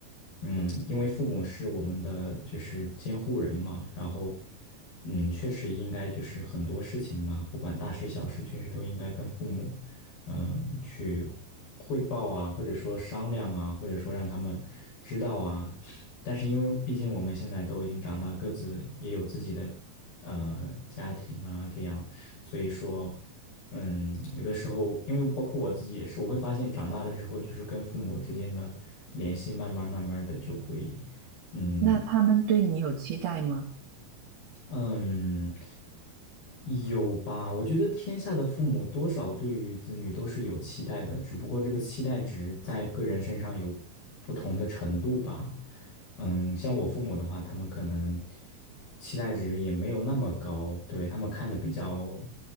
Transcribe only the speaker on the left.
嗯，因为父母是我们的就是监护人嘛，然后。嗯，确实应该就是很多事情吧，不管大事小事，确实都应该跟父母。嗯，去汇报啊，或者说商量啊，或者说让他们知道啊。但是因为毕竟我们现在都已经长大，各自也有自己的呃家庭啊，这样，所以说，嗯，有的时候，因为包括我自己也是，我会发现长大了之后，就是跟父母之间的联系，慢慢慢慢的就会，嗯。
嗯，有吧？我觉得天下的父母多少对于子女都是有期待的，只不过这个期待值在个人身上有不同的程度吧。嗯，像我父母的话，他们可能期待值也没有那么高，对，他们看的比较，